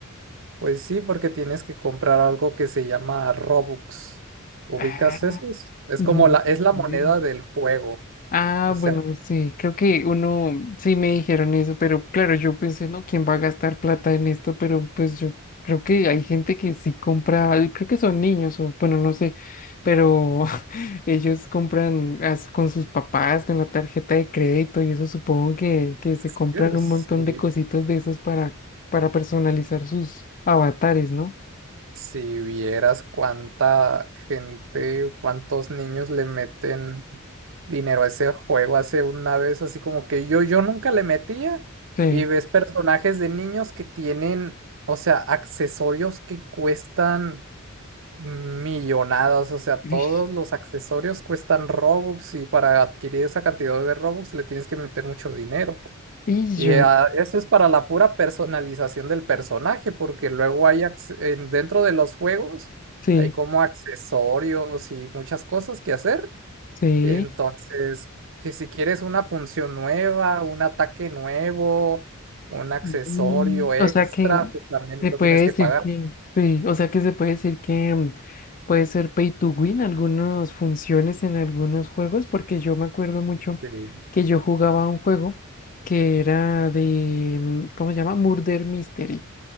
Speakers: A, on the right; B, on the left.
A: Pues sí, porque tienes que comprar algo que se llama Robux. ¿Ubicas
B: Ah,
A: esos? Es
B: no.
A: como la, es la
B: ve.
A: moneda del juego.
B: Ah,
A: O sea,
B: bueno, sí, creo que uno, sí me dijeron eso, pero claro, yo pensé, no, ¿quién va a gastar plata en esto? Pero pues yo creo que hay gente que sí compra, y creo que son niños o bueno, no sé, pero <laughs> ellos compran as- con sus papás, con la tarjeta de crédito y eso supongo que, que se
A: es-
B: compran un montón
A: si,
B: de cositas de esos para, para personalizar sus avatares, ¿no?
A: si vieras cuánta gente, cuántos niños le meten dinero a ese juego hace una vez, así como que yo, yo nunca le metía
B: Sí.
A: y ves personajes de niños que tienen, o sea, accesorios que cuestan. Millonadas, o sea, todos
B: Uy.
A: los accesorios cuestan Robux y para adquirir esa cantidad de Robux le tienes que meter mucho dinero.
B: Y
A: Y
B: yo,
A: ah, eso es para la pura personalización del personaje, porque luego hay acce- en- dentro de los juegos
B: sí.
A: hay como accesorios y muchas cosas que hacer.
B: Sí.
A: Entonces, que si quieres una función nueva, un ataque nuevo, un accesorio
B: Mm,
A: extra,
B: O sea que
A: pues también
B: se
A: lo
B: puede
A: tienes
B: decir
A: que pagar.
B: que, sí, o sea que se puede decir que mm, puede ser pay to win algunas funciones en algunos juegos, porque yo me acuerdo mucho
A: Sí.
B: que yo jugaba un juego que era de, mm, ¿cómo se llama? Murder Mystery.